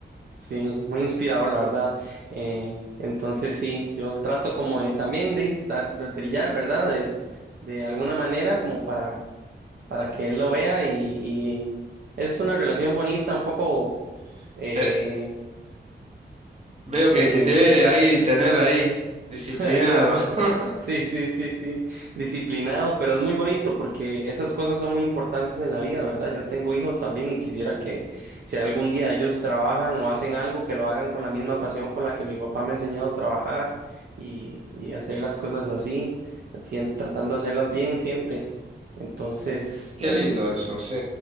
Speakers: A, on the right; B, on the right.
A: Sí, muy inspirador, la verdad. Eh, entonces sí, yo trato como de también de dar, de brillar, ¿verdad? De, de alguna manera como para, para que él lo vea y, y es una relación bonita, un poco eh,
B: Te- veo
A: eh,
B: que, que te ve ahí, tener ahí, disciplinado.
A: <laughs>
B: <laughs>
A: Sí, sí, sí, sí. Disciplinado, pero es muy bonito porque esas cosas son muy importantes en la vida, ¿verdad? Yo tengo hijos también y quisiera que si algún día ellos trabajan o hacen algo, que lo hagan con la misma pasión con la que mi papá me ha enseñado a trabajar y, y hacer las cosas así, sien- tratando de hacerlas bien siempre. Entonces,
B: Qué
A: eh,
B: lindo eso, sí,